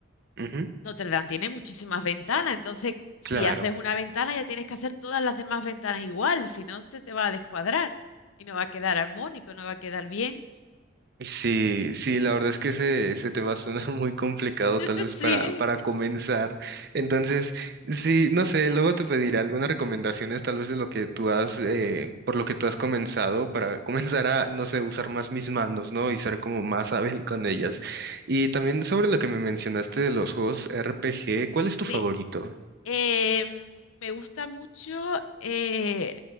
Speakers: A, on the right; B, on the left.
A: Ujú,
B: Notre Dame tiene muchísimas ventanas, entonces si
A: claro.
B: haces una ventana ya tienes que hacer todas las demás ventanas igual, si no se te va a descuadrar y no va a quedar armónico, no va a quedar bien.
A: Sí, sí, la verdad es que ese, ese tema suena <laughs> muy complicado
B: <laughs>
A: tal vez
B: Sí,
A: para, para comenzar. Entonces, sí, no sé, luego te pediré algunas recomendaciones tal vez de lo que tú has, eh, por lo que tú has comenzado, para <laughs> comenzar a, no sé, usar más mis manos, ¿no? Y ser como más hábil con ellas. Y también sobre lo que me mencionaste de los juegos RPG, ¿cuál es tu
B: sí.
A: favorito?
B: Em, me gusta mucho eh,